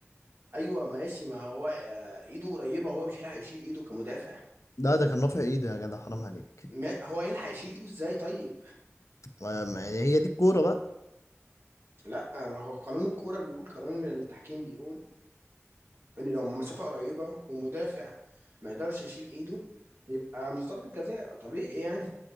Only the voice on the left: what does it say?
لا ده كان رافع ايده يا جدع حرام عليك
ما- ما- هي دي الكوره بقى